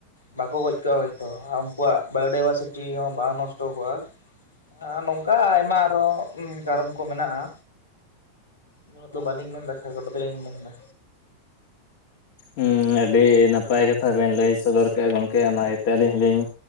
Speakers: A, on the left; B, on the left.
A: ᱵᱟᱠᱚ ᱜᱚᱡᱽ ᱠᱚᱜ-ᱟ ᱦᱚᱭᱛᱚ ᱩᱱᱠᱩᱣᱟᱜ ᱵᱟᱭᱳᱰᱟᱭᱵᱷᱟᱨᱥᱤᱴᱤ ᱦᱚᱸ ᱵᱟᱝ ᱱᱚᱥᱴᱚ ᱠᱚᱜ-ᱟ ᱟ ᱱᱚᱝᱠᱟ ᱟᱭᱢᱟ ᱟᱨᱚ ᱠᱟᱨᱚᱱ ᱠᱚ ᱢᱮᱱᱟᱜ-ᱟ ᱩᱱᱟᱹᱜ ᱫᱚ ᱵᱟᱹᱞᱤᱧ ᱢᱮᱱ ᱮᱫᱟ ᱠᱷᱟᱴᱳ ᱛᱮᱞᱤᱧ ᱢᱮᱱ ᱮᱫᱟ
B: ᱦᱩᱸ ᱟᱹᱰᱤ ᱱᱟᱯᱟᱭ ᱠᱟᱛᱷᱟ ᱵᱮᱱ ᱞᱟᱹᱭ ᱥᱚᱫᱚᱨ ᱠᱮᱫᱮᱜ-ᱟ ᱜᱚᱢᱠᱮ ᱚᱱᱟ ᱤᱭᱟᱹᱛᱮ ᱟᱹᱞᱤᱧ ᱦᱚᱸᱞᱤᱧ